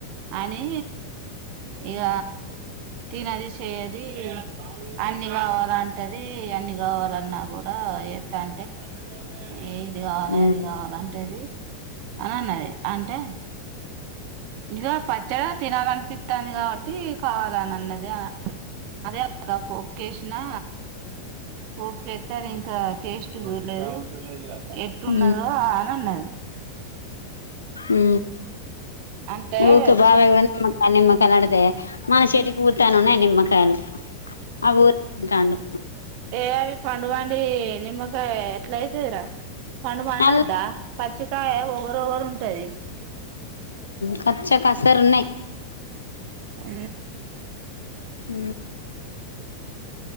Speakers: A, on the right; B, on the left.
A: అని ఇగ తినది చెయ్యది అన్ని కావాలంటది ది అన్ని కావాలన్నా కూడా డా ఏ తంటె ఏ ఇది కావాలె
B: ఉమ్
A: అది కావాలె టది అని అన్నది అంటే ఇగ పచ్చడా తినాలనిపిత్తాంది కాబట్టి కావాలని అన్నది అని అదే అక్క పోపు కేషినా పోపు కేతే అదింకా టేస్ట్ ఎవర్ లేదు ఎట్టున్నదో
B: ఉమ్
A: అని ఉన్నది
B: ఊ
A: అంటే
B: ఊకే బాబాయి
A: చి
B: గాని ఆ నిమ్మకాయలు ఆడితే మన చెట్కి బుత్తాన్ని ఉన్నాయి నిమ్మకాయలు ఆ ఊరికాడు
A: ఏ అవి పండు బండి నిమ్మకాయ ఎట్లా అయితదరా పండు పండద్దా
B: అల్ల
A: పచ్చికయ ఓగరోగరు ఉంటది.
B: కచ్చా కసరున్నాయ్
A: ఊ
B: ఊ